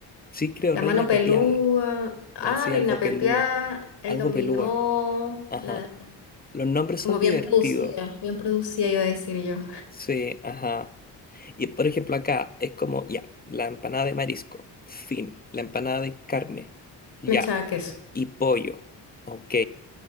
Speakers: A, on the left; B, on the left.
A: Sí creo
B: La
A: reina
B: mano pelúa,
A: pepeada.
B: ah,
A: La hacía
B: reina
A: algo
B: Pepia,
A: pelúa.
B: el
A: Algo
B: dominó,
A: pelúa. Ajá.
B: la,
A: Los nombres son
B: como
A: divertidos.
B: bien producida, bien producida iba a decir yo,
A: Sí, ajá. Y por ejemplo acá es como, ya, la empanada de marisco. Fin. La empanada de carne. Ya.
B: me echaba queso.
A: Y pollo. Ok.